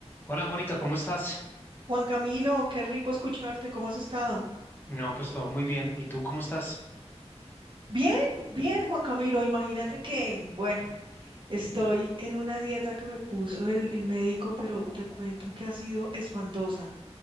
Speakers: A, on the left (about 20°); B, on the right (about 45°).
A: Hola Mónica, ¿cómo estás?
B: Juan Camilo, qué rico escucharte, ¿cómo has estado?
A: No, pues todo muy bien. ¿Y tú cómo estás?
B: Bien, bien, Juan Camilo, imagínate que, bueno, estoy en una dieta que me puso el, el médico, pero te cuento que ha sido espantosa.